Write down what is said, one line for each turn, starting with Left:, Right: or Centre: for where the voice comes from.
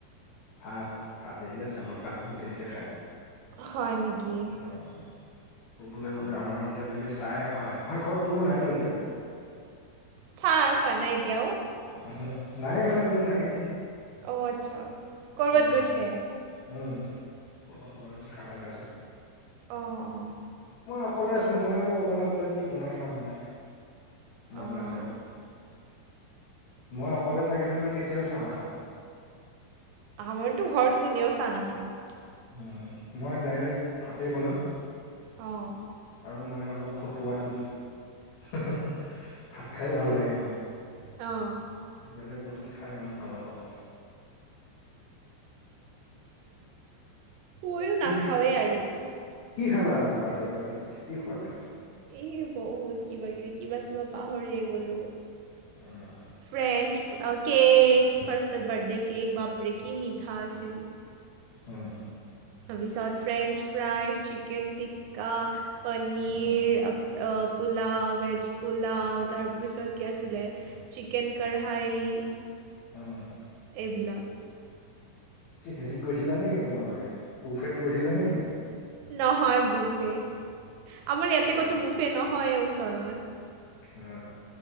Left: ভাত, ভাত দেৰি আছে আমাৰ ভাত বহুত দেৰিকৈ খায়।
Right: হয় নেকি?
Left: উম, অহ ক'বলৈ গ'লে
Right: অ'।
Left: আমাৰ এতিয়ালৈকে চাই খোৱা নাই আমৰ ঘৰত কোনো নাইতো এতিয়া।
Right: চাহ খোৱা নাই এতিয়াও।
Left: অউহু নায়ে মানে কোনো নায়েই।
Right: অহ, আচ্ছা। ক'ৰবাত
Left: উম
Right: গৈছে?
Left: উম ক'ৰবাত ওলাই গৈছে কামে কাজে।
Right: অঁ অঁ
Left: মই অকলে আছোঁ, মই আৰু অকলে অকলে কি বনাই খাম মানে
Right: অঁ
Left: মন নাযায় মই অকলে থাকিলে মই কেতিয়াও চাহ নাখাওঁ।
Right: আমাৰতো ঘৰত কোনেও চাহ নাখায়।
Left: ওম, মই ডাইৰেক্ট ভাতেই বনাম
Right: অ',
Left: আৰু মই অলপ ফটুৱাটো ভাত খাই ভাল লাগে মানে
Right: অঁ
Left: বেলেগ বস্তু খাই ইমান ভাল নাপাওঁ।
Right: মইয়ো
Left: কি
Right: নাখাওঁৱে আৰু
Left: কি খালা আজি বাৰ্থডে পাৰ্টিত কি খুৱালে?
Right: এই বহুত কিবা কিবি কিবা আছিল পাহৰিয়ে গ'লো।
Left: উম
Right: ফ্ৰেঞ্চ, কেক ফাৰ্ষ্টত বাৰ্থডে কেক বাপৰে কি মিঠা আছিল।
Left: উম
Right: তাৰপিছত ফ্ৰেঞ্চ ফ্ৰাই, চিকেন টিক্কা, পনীৰ
Left: উম
Right: পোলাও ভেজ পোলাও তাৰপিছত কি আছিলে? চিকেন কঢ়ায়ী
Left: উম
Right: এইবিলাক
Left: কি সেইটোত গৈছিলা নেকি তোমালোকে বুফেত গৈছিলা নেকি?
Right: নহয় বুফে আমাৰ ইয়াতে
Left: অ
Right: ক'তো
Left: অ
Right: বুফে নহয়ে ওচৰত।
Left: উ